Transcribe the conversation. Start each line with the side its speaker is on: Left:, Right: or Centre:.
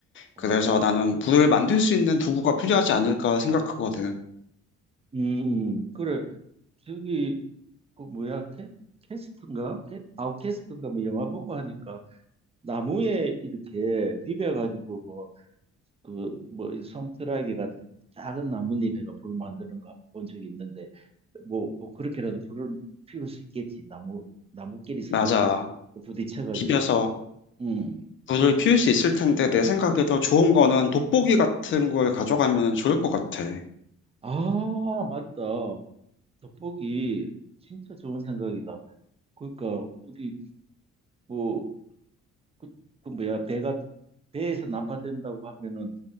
Right: 어,
Left: 그래서 나는 불을 만들 수 있는 도구가 필요하지 않을까 생각하거든.
Right: 음, 음. 그래. 저기, 그 뭐야, 캐, 캐스트인가? 캐, 아웃캐스트인가? 뭐 영화 보고 하니까 나무에 이렇게 비벼가지고 뭐 그, 뭐, 이 솜털아기 같은 작은 나뭇잎에가 불 만드는 거 한번 본 적이 있는데, 뭐, 뭐, 그렇게라도 불을 피울 수 있겠지. 나무, 나무끼리 서로
Left: 맞아.
Right: 부딪혀가지고.
Left: 비벼서
Right: 음.
Left: 불을 피울 수 있을 텐데 내 생각에 더 좋은 거는
Right: 음.
Left: 돋보기 같은 걸 가져가면 좋을 것 같아.
Right: 아, 맞다. 돋보기. 진짜 좋은 생각이다. 그러니까, 어디, 뭐, 그, 그 뭐야, 배가, 배에서 난파된다고 하면은,